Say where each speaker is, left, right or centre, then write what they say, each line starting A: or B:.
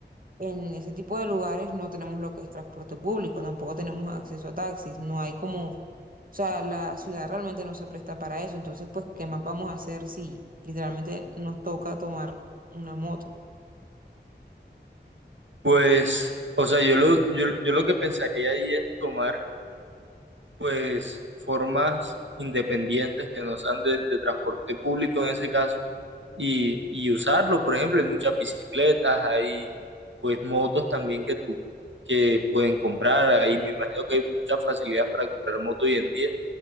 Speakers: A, on the right (about 50°); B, on the right (about 85°).
A: en ese tipo de lugares no tenemos lo que es transporte público, tampoco tenemos acceso a taxis, no hay como, o sea, la ciudad realmente no se presta para eso, entonces pues, ¿qué más vamos a hacer si literalmente nos toca tomar una moto?
B: Pues, o sea, yo lo, yo, yo lo que pensaría ahí es tomar pues formas independientes que no sean de, de transporte público en ese caso y, y usarlo. Por ejemplo, hay muchas bicicletas, hay pues motos también que tú que pueden comprar. Ahí me imagino que hay muchas facilidades para comprar moto hoy en día